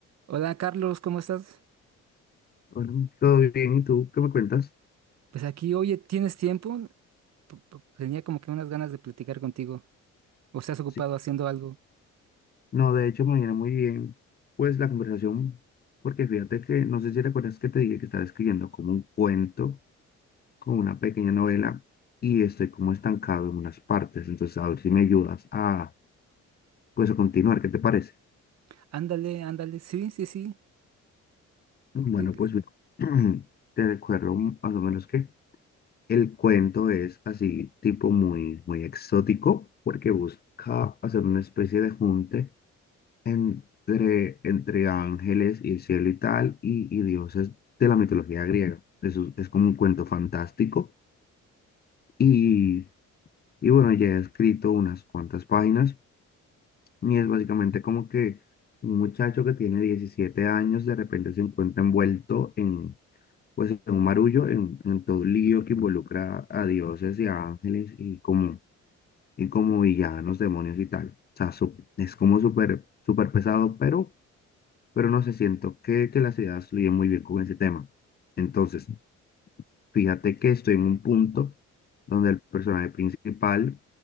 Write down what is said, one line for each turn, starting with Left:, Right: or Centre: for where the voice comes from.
Right: Hola Carlos, ¿cómo estás?
Left: Bueno, todo bien, ¿y tú qué me cuentas?
Right: Pues aquí, oye, ¿tienes tiempo? P- p- Tenía como que unas ganas de platicar contigo. ¿O estás ocupado
Left: Sí.
Right: haciendo algo?
Left: No, de hecho me viene muy bien, pues la conversación, porque fíjate que, no sé si recuerdas que te dije que estaba escribiendo como un cuento, como una pequeña novela, y estoy como estancado en unas partes, entonces a ver si me ayudas a, pues a continuar, ¿qué te parece?
Right: Ándale, ándale, sí, sí, sí.
Left: Bueno,
Right: te-
Left: pues mira, <clears throat> te recuerdo más o menos que el cuento es así, tipo muy, muy exótico, porque busca hacer una especie de junte entre, entre ángeles y el cielo y tal, y, y dioses de la mitología griega. Eso es como un cuento fantástico. Y, y bueno, ya he escrito unas cuantas páginas y es básicamente como que un muchacho que tiene 17 años de repente se encuentra envuelto en, pues, en un marullo, en, en todo un lío que involucra a dioses y a ángeles y como, y como villanos, demonios y tal. O sea, su- es como súper súper pesado, pero pero no sé, siento que, que las ideas fluyen muy bien con ese tema. Entonces, fíjate que estoy en un punto donde el personaje principal,